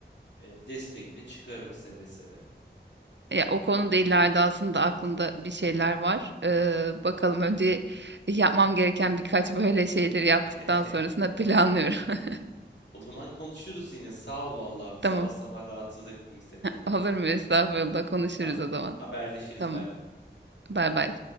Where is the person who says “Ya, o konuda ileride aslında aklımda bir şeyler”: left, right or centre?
Right